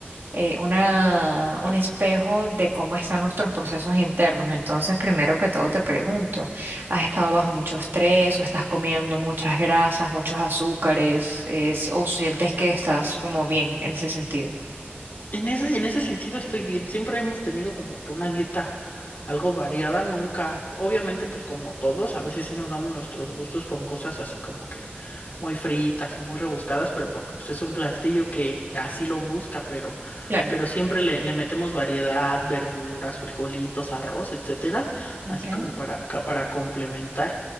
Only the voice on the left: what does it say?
En ese, en ese sentido estoy bien. Siempre hemos tenido como que una dieta algo variada, nunca. Obviamente, pues como todos, a veces sí nos damos nuestros gustos con cosas así como que muy fritas o muy rebuscadas, pero porque pues es un plastillo que así lo busca, pero,
pero siempre le, le metemos variedad, verduras, frijolitos, arroz, etcétera, así
como para, ca- para complementar.